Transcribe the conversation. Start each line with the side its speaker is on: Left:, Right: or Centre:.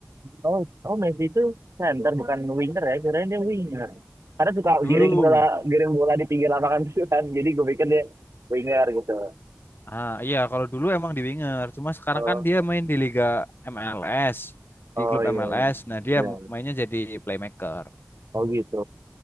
Right: Oh, oh Messi itu center bukan winger ya, kirain dia winger. Karena suka
Left: Dulu,
Right: giring bola, giring bola di pinggir lapangan itu kan. Jadi gue pikir dia winger gitu.
Left: ah iya kalau dulu emang di winger, cuma sekarang
Right: Oh,
Left: kan dia main di Liga MLS,
Right: oh
Left: di klub
Right: iya.
Left: MLS. Nah, dia
Right: Iya.
Left: mainnya jadi playmaker.
Right: Oh gitu.